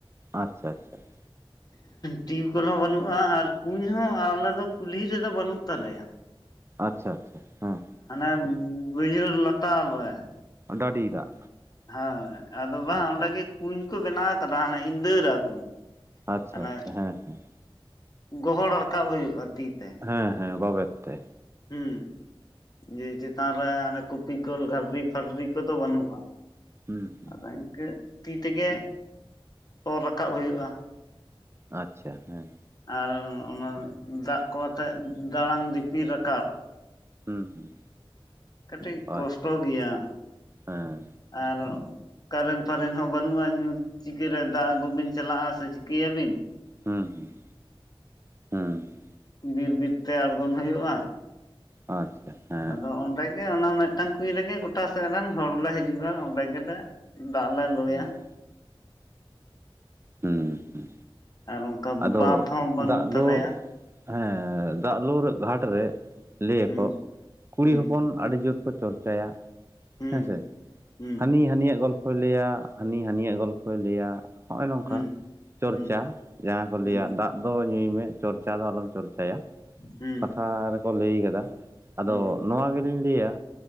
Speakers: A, on the right; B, on the left.
A: ᱟᱪᱪᱷᱟ ᱟᱪᱪᱷᱟ ᱾
B: ᱴᱤᱭᱩᱠᱚᱞ ᱦᱚᱸ ᱵᱟᱹᱱᱩᱜ-ᱟ ᱟᱨ ᱠᱩᱧ ᱦᱚᱸ ᱟᱨ ᱟᱞᱮ ᱫᱚ ᱠᱩᱞᱦᱤ ᱨᱮᱫᱚ ᱵᱟᱹᱱᱩᱜ ᱛᱟᱞᱮᱭᱟ᱾
A: ᱟᱪᱪᱷᱟ ᱟᱪᱪᱷᱟ ᱦᱮᱸ᱾
B: ᱦᱟᱱᱮ ᱵᱟᱹᱭᱦᱟᱹᱲ ᱞᱟᱛᱟᱨ ᱨᱮ᱾
A: ᱰᱟᱹᱰᱤ ᱫᱟᱜ᱾
B: ᱦᱳᱭ ᱟᱫᱚ ᱵᱟᱝ
A: ᱟᱪᱪᱷᱟ
B: ᱚᱸᱰᱮ
A: ᱟᱪᱪᱷᱟ
B: ᱜᱮ ᱠᱩᱧ ᱠᱚ ᱵᱮᱱᱟᱣ ᱠᱟᱫᱟ ᱦᱟᱱᱮ ᱤᱫᱟᱹᱨᱟ ᱠᱩᱧ᱾
A: ᱟᱪᱪᱷᱟ
B: ᱦᱟᱱᱮ
A: ᱟᱪᱪᱷᱟ ᱦᱮᱸ ᱦᱮᱸ᱾
B: ᱜᱚᱦᱚᱲ ᱨᱟᱠᱟᱵ ᱦᱩᱭᱩᱜ-ᱟ ᱛᱤ ᱛᱮ᱾
A: ᱦᱮᱸ ᱦᱮᱸ ᱵᱟᱵᱮᱨ ᱛᱮ᱾
B: ᱦᱩᱸ ᱡᱮ ᱪᱮᱛᱟᱱ ᱨᱮ ᱦᱟᱱᱮ ᱠᱚᱯᱤᱠᱚᱞ ᱜᱟᱨᱰᱨᱤ-ᱯᱷᱟᱨᱰᱤ ᱠᱚᱫᱚ ᱵᱟᱹᱱᱩᱜ-ᱟ
A: ᱦᱩᱸ ᱦᱩᱸ
B: ᱟᱫᱚ ᱤᱱᱠᱟᱹ ᱛᱤ ᱛᱮᱜᱮ ᱚᱨ ᱨᱟᱠᱟᱵ ᱦᱩᱭᱩᱜ-ᱟ᱾
A: ᱟᱪᱪᱷᱟ ᱦᱮᱸ᱾
B: ᱟᱨ ᱚᱱᱟ ᱫᱟᱜ ᱠᱚ ᱟᱛᱮᱫ ᱫᱟᱬᱟᱱ ᱫᱤᱯᱤᱞ ᱨᱟᱠᱟᱵ᱾
A: ᱦᱩᱸ ᱦᱩᱸ
B: ᱠᱟᱹᱴᱤᱡ ᱠᱚᱥᱴᱚ
A: ᱟᱪᱪᱷᱟ
B: ᱜᱮᱭᱟ᱾
A: ᱦᱮᱸ
B: ᱟᱨᱚ ᱠᱟᱨᱮᱱ ᱯᱷᱟᱨᱮᱱ ᱦᱚᱸ ᱵᱟᱹᱱᱩᱜ-ᱟ ᱧᱩᱛ, ᱪᱤᱠᱟᱹᱨᱮ ᱫᱟᱜ ᱟᱹᱜᱩ ᱵᱤᱱ ᱪᱟᱞᱟᱜ-ᱟ ᱥᱮ ᱪᱤᱠᱟᱹᱭᱟᱵᱤᱱ?
A: ᱦᱩᱸ ᱦᱩᱸ, ᱦᱩᱸ᱾
B: ᱵᱤᱨ ᱵᱤᱨ ᱛᱮ ᱟᱲᱜᱚᱱ ᱦᱳᱭᱳᱜ-ᱟ᱾
A: ᱟᱪᱪᱷᱟ ᱦᱮᱸ᱾
B: ᱟᱫᱚ ᱚᱸᱰᱮᱜᱮ ᱚᱱᱟ ᱢᱤᱫᱴᱟᱝ ᱠᱩᱧ ᱨᱮᱜᱮ ᱜᱚᱴᱟ ᱥᱮᱫ ᱨᱮᱱ ᱦᱚᱲ ᱞᱮ ᱦᱤᱡᱩᱜ-ᱟ, ᱚᱸᱰᱮ ᱜᱮᱞᱮ ᱫᱟᱜ ᱞᱮ ᱞᱩᱭᱟ᱾
A: ᱦᱩᱸ ᱦᱩᱸ ᱦᱩᱸ
B: ᱟᱨ ᱚᱱᱠᱟ
A: ᱟᱫᱚ
B: ᱵᱟᱸᱫ ᱦᱚᱸ ᱵᱟᱹᱱᱩᱜ
A: ᱫᱟᱜ
B: ᱛᱟᱞᱮᱭᱟ
A: ᱫᱚ ᱦᱮᱸ ᱫᱟᱜ ᱞᱳᱨ ᱜᱷᱟᱴ ᱨᱮ ᱞᱟᱹᱭᱟᱠᱚ
B: ᱦᱩᱸ
A: ᱠᱩᱲᱤ
B: ᱦᱩᱸ
A: ᱦᱚᱯᱚᱱ ᱟᱹᱰᱤ ᱡᱳᱨ ᱠᱚ ᱪᱚᱨᱪᱟᱭᱟ
B: ᱦᱩᱸ
A: ᱦᱮᱸᱥᱮ
B: ᱦᱩᱸ
A: ᱦᱟᱹᱱᱤ ᱦᱟᱹᱱᱤᱭᱟᱜ ᱜᱚᱞᱯᱚᱭ, ᱞᱟᱹᱭᱟ ᱦᱟᱹᱱᱤ ᱦᱟᱹᱱᱤᱭᱟᱜ ᱜᱚᱞᱯᱚᱭ ᱞᱟᱹᱭᱟ᱾ ᱦᱚᱸᱜ-ᱚᱭ ᱱᱚᱝᱠᱟ
B: ᱦᱩᱸ
A: ᱪᱚᱨᱪᱟ
B: ᱦᱩᱸ
A: ᱡᱟᱦᱟᱸ
B: ᱦᱩᱸ
A: ᱞᱟᱹᱭᱟ ᱫᱟᱜ ᱫᱚ ᱧᱩᱭᱢᱮ ᱪᱚᱨᱪᱟ ᱫᱚ ᱟᱞᱚᱢ ᱪᱚᱨᱪᱟᱭᱟ᱾
B: ᱦᱩᱸ
A: ᱠᱟᱛᱷᱟ ᱨᱮᱠᱚ ᱞᱟᱹᱭ ᱠᱟᱫᱟ ᱟᱫᱚ
B: ᱦᱩᱸ
A: ᱱᱚᱣᱟ ᱜᱮᱞᱤᱧ ᱞᱟᱹᱭᱟ